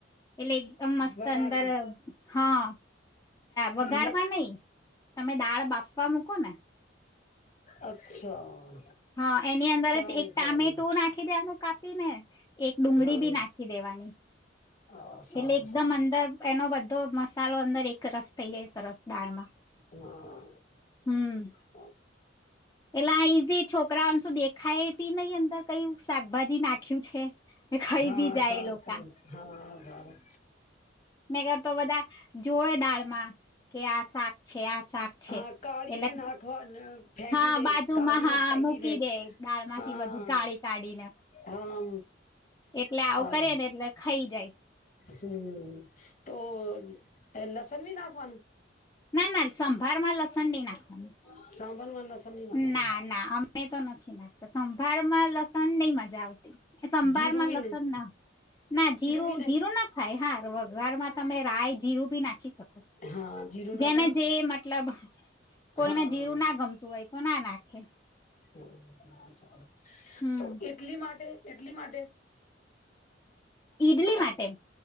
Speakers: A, on the left; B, on the left.
A: એટલે એકદમ મસ્ત
B: વઘાર
A: અંદર
B: મે
A: હા વગારમાં
B: લસ
A: નહી તમે દાળ બાફ વા મૂકો ને
B: અચ્છા
A: હા એની અંદર
B: સારું
A: જ એક ટામેટો
B: સારું
A: નાખી દેનું કાપી ને એક ડુંગળી
B: હા
A: બી નાખી દેવાની
B: હા સારું
A: એટલે એકદમ
B: સારું
A: અંદર એનો બધ તો મસાલો અંદર એક રસ થઇ જાય સરસ દાળમાં
B: હા
A: હમ
B: સ
A: એટલે આ ઈઝી છોકરાઓને શું દેખાય ની અંદર કઈ શાકભાજી નાખ્યું છે ખાઈ
B: હા
A: બી જાય
B: સારું
A: એ લોકા
B: સાર હા સારું
A: કરર તો બધા જોવે દાળમાં કે આ શાક છે આ શાક છે
B: હા કાળીને
A: એટલે
B: ના ખવા ફેંકી
A: હા
B: દે
A: બાજુમાં
B: કાળીને
A: હા
B: ફેંકી
A: મૂકી
B: દે
A: દાળ માંથી
B: હા
A: બધું ગાળી કાઢીને
B: હા
A: એટલે
B: સારું
A: આવું કરીએ ને એટલે ખાઈ જાય
B: હમ તો એ લસણ ભી ના ખવાનું
A: નાન સંભ હરમાં લોસડી નાખવાની
B: <unintelligible> નહી નાખવાનું
A: ના ના અમે તો નથી ના સંભાર માં લસણ નહી મજા આવતી એ સંભાર
B: જીરું
A: માં
B: બી
A: લસણ
B: નહી
A: ના ના જીરું
B: બી નહી
A: જીરો ના ખાય વઘર માં તમે રાય જ જીું બ નાખી થક
B: હા જીરું નાખાય
A: જેને જે મતલબ કોઈને
B: હા
A: જીરું ના ગમતું ના નાખે?
B: <unintelligible>
A: હમ
B: તો એટલી માટે એટલી માટે?
A: ઈડલી માટે.